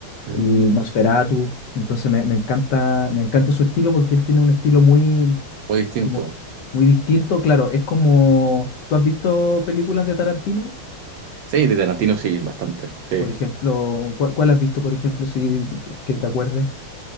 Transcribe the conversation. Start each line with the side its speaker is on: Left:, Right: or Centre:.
Right: Mm,
Left: el Nosferatu. Entonces me, me encanta, me encanta su estilo porque él tiene un estilo muy,
Right: muy distinto.
Left: como, muy distinto. Claro, es como, ¿tú has visto películas de Tarantino?
Right: Sí, de Tarantino sí, bastante, sí.
Left: Por ejemplo, ¿cuál, cuál has visto, por ejemplo, si que que te acuerdes?